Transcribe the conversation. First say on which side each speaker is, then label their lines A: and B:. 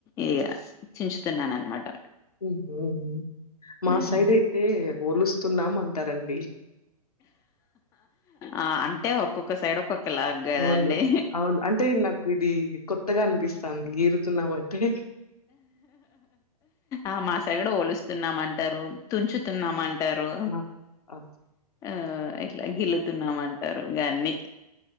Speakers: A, on the left (about 15°); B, on the left (about 70°).
A: ఇగ చించుతున్నా అనమాట
B: ఊ హు ఉ మా
A: మ్మ్
B: సైడ్ అయితే వొలుస్తున్నాం అంటారండి
A: ఆ అంటే ఒక్కొక్క సైడ్ ఒక్కొక్క లాగ్ గదండి
B: అవును. అవును. అంటే నాకు ఇది కొత్తగా అనిపిస్తంది ఏరుతున్నామంటే
A: ఆ మా సైడ్ వోలుస్తున్నామంటారు తుంచుతున్నామం టారు
B: ఆ! ఆ!
A: ఆ ఇట్ల గిల్లుతున్నామం టారు ఇగ అన్నీ